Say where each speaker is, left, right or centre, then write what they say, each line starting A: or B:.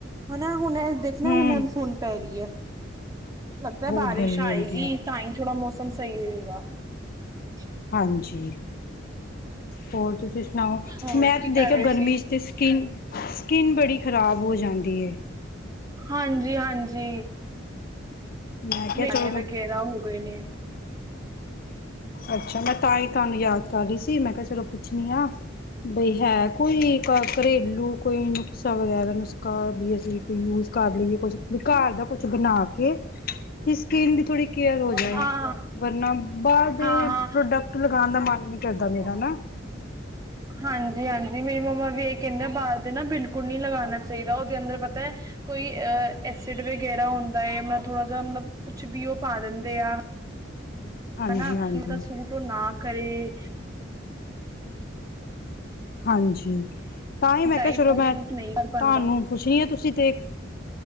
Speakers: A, on the right; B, on the left.
A: ਹਨਾ ਹੁਣੇ ਦੇਖਣਾ
B: ਹਮ
A: ਹੁਣੇ ਹੁਣ ਪੈ ਰੀ ਐ, ਲੱਗਦਾ ਏ
B: ਬਹੁਤ
A: ਬਾਰਿਸ਼
B: ਗਰਮੀ
A: ਆਏਗੀ
B: ਹੋਈ ਦੀ ਹੈ
A: ਤਾਂ ਈ ਥੋੜਾ ਮੌਸਮ ਸਈ ਹੋਏਗਾ। <inaudible>
B: ਹਾਂਜੀ, ਹੋਰ ਤੁਸੀ ਸੁਨਾਓ।
A: ਹੋਰ
B: ਮੈਂ
A: ਕੀ
B: ਤੇ
A: ਕਰ
B: ਦੇਖਿਆ
A: ਰਹੇ
B: ਗਰਮੀ
A: ਸੀ
B: ਚ, ਤੇ ਸਕਿੰਨ -ਸਕਿੰਨ ਬੜੀ ਖ਼ਰਾਬ ਹੋ ਜਾਂਦੀ ਏ।
A: ਹਾਂਜੀ- ਹਾਂਜੀ
B: ਮੈਂ ਕਿਹਾ
A: ਮੇਂ
B: ਚਲੋ
A: ਦਾਣੇ
B: ਮੈਂ
A: ਵਗ਼ੈਰਾ ਹੋ ਗੇ ਹੋਏ ਨੇਂ
B: ਅੱਛਾ, ਮੈਂ ਤਾਂ ਈ ਤਹਾਨੂੰ ਯਾਦ ਕਰ ਰਈ ਸੀ, ਮੈਂ ਕਿਹਾ ਚਲੋ ਪੁੱਛਣੀ ਆ, ਬਈ ਹੈ ਕੋਈ ਘ ਘਰੇਲੂ ਕੋਈ ਨੁਕਸਾ ਵਗੈਰਾ ਨੁਸਖਾ ਵੀ ਅਸੀ ਕੋਈ ਯੂਜ ਕਰ ਲਈਏ ਕੁੱਛ ਘਰ ਦਾ ਕੁੱਛ ਬਨਾ ਕੇ, ਕਿ ਸਕਿੰਨ ਦੀ ਥੋੜੀ ਕੇਯਰ ਹੋ ਜਾਏ,
A: ਹਾਂ
B: ਵਰਨਾ ਬਾਹਰ ਦੇ
A: ਹਾਂ ਹਾਂ
B: ਪ੍ਰੋਡਕਟ ਲਗਾਨ ਦਾ ਮੰਨ ਨੀ ਕਰਦਾ
A: <unintelligible>
B: <inaudible>
A: ਹਾਂਜੀ- ਹਾਂਜੀ ਮੇਰੀ ਮੰਮਾ ਵੀ ਏਹੀ ਕਹਿੰਦੇ ਬਾਹਰ ਦੇ ਨਾ ਬਿਲਕੁਲ ਨੀ ਲਗਾਨਾ ਚਾਹੀਂਦਾ, ਓਦੇ ਅੰਦਰ ਪਤਾ ਏ ਕੋਈ ਅ ਐਸਿਡ ਵਗੈਰਾ ਹੁੰਦਾ ਏ, ਮ ਥੋੜਾ ਜਾ ਮਤਲਬ ਕੁਛ ਵੀ ਓ ਪਾ ਦਿੰਦੇ ਆ।
B: ਹਾਂਜੀ
A: ਹਨਾ
B: ਹਾਂਜੀ
A: ਸੂਟ ਨਾ ਕਰੇ।
B: ਹਾਂਜੀ, ਤਾਂ ਈ ਮੈਂ
A: ਟਾਈਪ
B: ਕਯਾ ਚਲੋ
A: ਉਹ
B: ਮੈਂ
A: ਸੂਟ ਨਹੀਂ ਕਰ ਪਾਉਂਦਾ
B: ਤਾਨੂੰ ਪੁੱਛਨੀ ਆ। ਤੁਸੀ ਤੇ